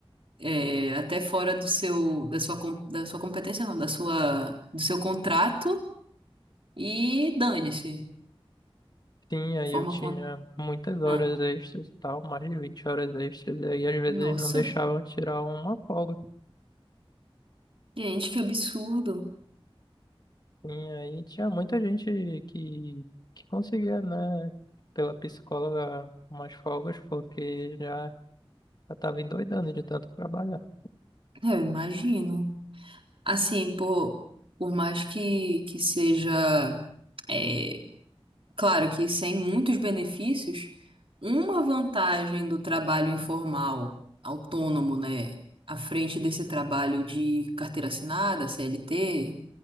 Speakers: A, on the right; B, on the left.
A: é, até fora do seu, da sua, com- da sua competência, não, da sua, do seu contrato e dane-se.
B: Sim, aí
A: A Forma
B: eu tinha
A: como.
B: muitas horas
A: Ah,
B: extras e tal, mais de 20 horas extras, e aí às vezes
A: nossa,
B: não deixavam tirar uma folga.
A: gente, que absurdo.
B: E aí tinha muita gente que, que conseguia, né, pela psicóloga, umas folgas, porque já já estava endoidando de tanto trabalhar.
A: É, Eu imagino. Assim, por, por mais que, que seja. é, Claro que sem muitos benefícios, uma vantagem do trabalho informal, autônomo, né, à frente desse trabalho de carteira assinada, CLT,